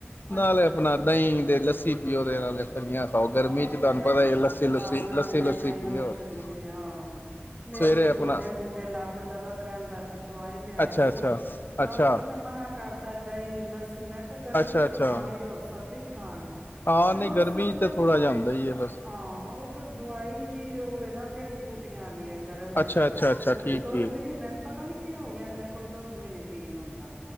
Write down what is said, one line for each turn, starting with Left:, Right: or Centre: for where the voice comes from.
Left: ਨਾਲੇ
Right: ਅੱਛਾ
Left: ਆਪਣਾ ਦਹੀਂ ਦੇ ਲੱਸਣ ਸੀ ਪੀਓ ਓਦੇ ਨਾਲੇ ਫਲੀਆਂ ਖਾਓ
Right: ਹ
Left: ਗਰਮੀ ਚ
Right: ਤੇ
Left: ਤੁਹਾਨੂੰ
Right: ਗੱਲ
Left: ਪਤਾ ਹੀ
Right: ਆ
Left: ਲੱਸੀ ਲੁੱਸੀ
Right: ਆਹ ਨਹੀਂ
Left: ਲੱਸੀ
Right: ਨਹੀਂ
Left: ਲੁੱਸੀ
Right: ਨਹੀਂ
Left: ਪੀ ਲਿਓ
Right: ਉਹ
Left: ਹੋਰ
Right: ਜ਼ਰੂਰੀ
Left: ਕੀ
Right: ਆ ਹਾਂ ਫੇਿਰ
Left: ਸਵੇਰੇ
Right: ਵੀ
Left: ਆਪਣਾ
Right: ਗੋਡੇ ਗੋਡੇ ਲੱਕ ਦਰਦ ਰਹਿੰਦਾ ਫਿਰ ਦਵਾਈ ਲਿਆਏ
Left: ਅੱਛਾ
Right: ਸੀ
Left: ਅੱਛਾ
Right: ਡਾਕਟਰ
Left: ਅੱਛਾ
Right: ਨੇ ਮਨਾ ਕਰਤਾ ਦਹੀਂ ਲਸ ਮੈਂ ਗਰਮੀ
Left: ਅੱਛਾ
Right: ਚ
Left: ਅੱਛਾ
Right: ਨ ਖਾਣੇ ਦੇਰ ਸਰਦੀ ਚ ਖਾਣੀ
Left: ਹਾਂ
Right: ਫੇਿਰ
Left: ਨਹੀਂ
Right: ਉਸ
Left: ਗਰਮੀ
Right: ਦਿਨ
Left: ਤੇ ਥੋੜ੍ਹਾ ਜਿਹਾ ਹੁੰਦਾ ਹੀ ਹੈ ਬਸ
Right: ਹਾਂ ਉਹ ਫਿਰ ਦਵਾਈ ਵੀ ਹੋਵੇ ਨਾ ਜਿਹੜੀ ਬੂਟੀਆਂ ਆਂਲੀ ਗਰਮ ਹੈ
Left: ਅੱਛਾ ਅੱਛਾ ਅੱਛਾ
Right: ਉਹ ਫੇਿਰ
Left: ਠੀਕ
Right: ਦੁੱਧ
Left: ਠੀਕ
Right: ਵੀ ਨੀ ਮੈਨੂੰ ਪਤਾ ਨੀ ਕੀ ਹੋ ਗਿਆ ਮੇਰੇ ਕੋਲ ਕੋਲ ਦੁੱਧ ਵੀ ਨੇ ਪੀਣ ਹੁੰਦਾ